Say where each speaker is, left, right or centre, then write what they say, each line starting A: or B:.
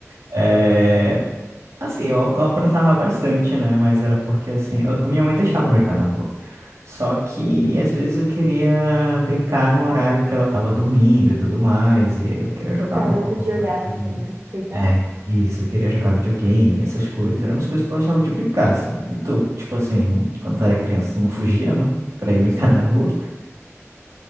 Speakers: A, on the right (about 80°); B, on the right (about 45°).
A: É, assim, eu, eu aprontava bastante, né? Mas era porque, assim, eu- a minha mãe deixava eu brincar na rua. Só que, às vezes, eu queria brincar no horário que ela tava dormindo e tudo mais. E eu queria jogar
B: Ela
A: bola.
B: não podia
A: né?
B: olhar você, né? Cuidar.
A: É, isso, eu queria jogar videogame, essas coisas. Eram umas coisas que eu gostava de brincar, assim. E tu, tipo assim, quando tu era criança, tu não fugia, não? Pra ir brincar na rua?